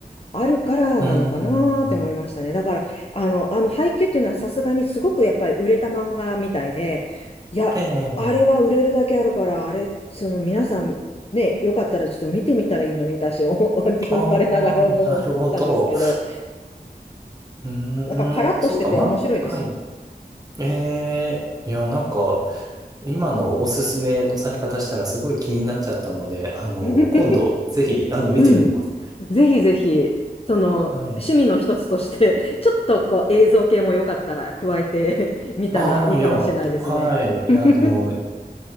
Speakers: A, on the left; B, on the right.
A: あるからなのかなって思いましたね。
B: うん。
A: だから、あの、あの、配給っていうのはさすがにすごくやっぱり売れた漫画みたいで、いや、
B: ええ。
A: あれは売れるだけあるから、あれ、その皆さん、ね、よかったらちょっと見てみたらいいのに、私、思 <laughs>
B: ああ、
A: 我ながら思ったんですけど、
B: なるほど。うーん。
A: なんかカラッとしてて面白いですよ。
B: そうか、ま、はい。ええ。いや、なんか、今のおすすめのされ方したらすごい気になっちゃったので、あの、
A: <laughs>
B: 今度、ぜひ、あの、見てみます。
A: うん。ぜひぜひ、その、
B: はい。
A: 趣味の一つとして、<laughs> ちょっとこう映像系もよかったら加えて <laughs> みたらいいかもしれないですね。
B: ああ、いや、はい。
A: <laughs>
B: あの、